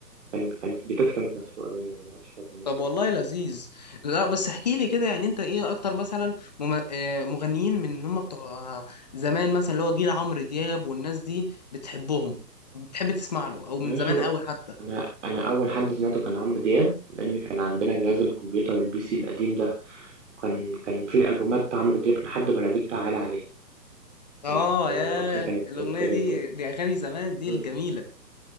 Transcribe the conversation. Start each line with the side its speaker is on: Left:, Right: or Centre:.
Right: كان كان بيتات كانت مسروقة باين ولا معرفش كانت منين
Left: طب والله لذيذ لا بس احكي لي كده يعني انت ايه اكتر مثلا مم- آه، مغنيين من اللي هم بتوع زمان مثلا اللي هو جيل عمرو دياب والناس دي بتحبهم بتحب تسمع له او من
Right: يا باشا
Left: زمان قوي حتى
Right: أنا أنا أول حد سمعته كان عمرو دياب لأن كان عندنا جهاز الكمبيوتر البي سي القديم ده كان كان فيه ألبومات عمرو دياب لحد بناديك تعالى عليه كانت
Left: اه
Right: آه،
Left: يا
Right: وقتها كانت
Left: الاغنيه
Right: ترند
Left: دي دي اغاني زمان دي
Right: مم.
Left: الجميله